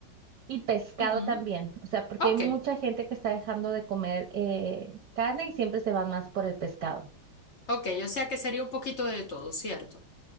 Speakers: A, on the right; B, on the left.
A: y pescado
B: Ujú.
A: también, o sea, porque
B: Ok,
A: hay mucha gente que está dejando de comer eh, carne y siempre se van más por el pescado.
B: ok. O sea que sería un poquito de todo, ¿cierto?